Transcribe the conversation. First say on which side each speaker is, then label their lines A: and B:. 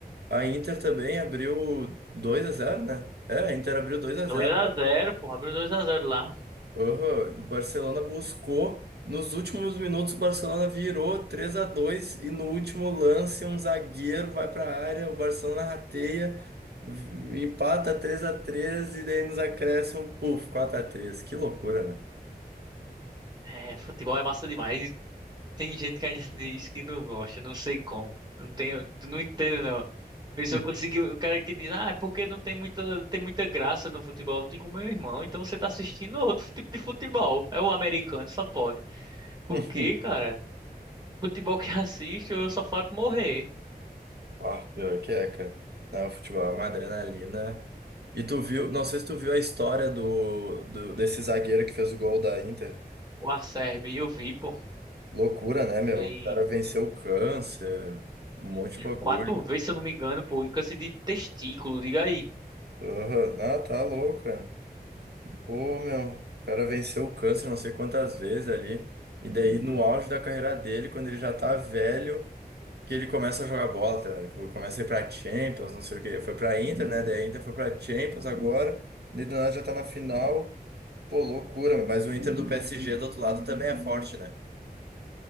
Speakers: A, on the right; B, on the right.
A: a Inter também abriu dois a zero né? É, a Inter abriu dois a
B: dois
A: zero
B: a zero porra, abriu dois a zero lá.
A: Aham, O Barcelona buscou. Nos últimos minutos, o Barcelona virou 3 a 2 e no último lance, um zagueiro vai para a área. O Barcelona rateia, v- empata 3 a 3 e daí nos acréscimos, puf, 4 a 3. Que loucura,
B: É, futebol é massa demais. e Tem gente que ainda <laughs> diz que não gosta, não sei como. Não tenho, tu não entendo, não. A pessoa
A: né?
B: conseguiu, o cara que diz, ah, é porque não tem muita, não tem muita graça no futebol. Eu digo, meu irmão, então você tá assistindo outro tipo de futebol. É o americano, só pode. Por
A: <laughs>
B: quê, cara? Futebol que <laughs> assisto, eu só faço morrer.
A: Ah, pior que é, cara. Não, futebol é uma adrenalina. E tu viu, não sei se tu viu a história do, do desse zagueiro que fez o gol da Inter.
B: O Acerbi, eu vi, pô.
A: Loucura, né, meu?
B: Ele
A: O cara venceu o câncer, um monte de bagulho.
B: quatro vezes, se eu não me engano, pô, e câncer de testículo, diga aí.
A: Aham, Não, tá louco, cara. Pô, meu, o cara venceu o câncer não sei quantas vezes ali. E daí, no auge da carreira dele, quando ele já tá velho, que ele começa a jogar bola, tá? ligado? Que Começa a ir pra Champions, não sei o quê. Foi pra Inter, né? Daí a Inter foi pra Champions agora. E do nada já tá na final. Pô, loucura, meu. Mas o Inter do PSG do outro lado também é forte, né?